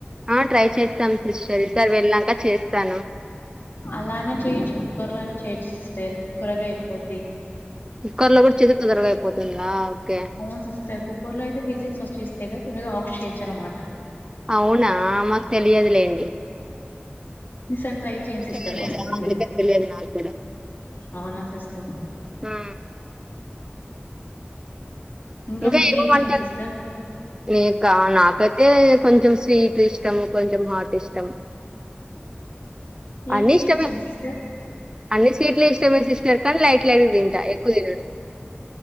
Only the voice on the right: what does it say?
ఆ ట్రై చేస్తాం సిస్టర్ ఈ సారి వెళ్ళాక చేస్తాను.
కుక్కర్ లో గూడ చెతి తొందరగా అయిపోతుంది ఆ ఓకే
అవునా మాకు తెలియదులేండి.
చేయలేదా
అందుకే తెలియదు నాకు కూడా
ము
ఉంటే
ఇవ్వమంటరు.
నీకా నాకైతే కొంచెం స్వీట్ ఇష్టము, కొంచెం హాట్ ఇష్టం. అన్ని
ఇష్టమే
అన్ని స్వీట్లు ఇష్టమే సిస్టర్ కానీ లైట్ లైట్గా తింటా ఎక్కువ తినను